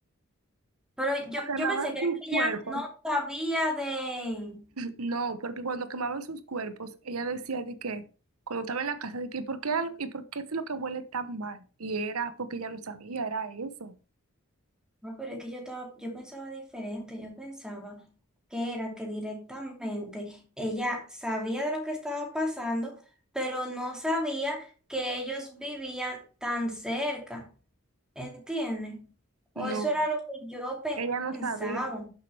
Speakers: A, in the centre; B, on the right.
A: Pero yo,
B: Porque quemaban
A: yo pensé que
B: sus
A: era que
B: cuerpos.
A: ella no sabía de,
B: No, porque cuando quemaban sus cuerpos, ella decía de que, cuando estaba en la casa, de que, ¿por qué algo, y por qué es lo que huele tan mal? Y era porque ella no sabía, era eso.
A: No, pero es que yo estaba, yo pensaba diferente, yo pensaba que era que directamente ella sabía de lo que estaba pasando, pero no sabía que ellos vivían tan cerca, ¿entiendes? O
B: No,
A: eso era lo que yo pe-
B: ella no
A: pensaba.
B: sabía,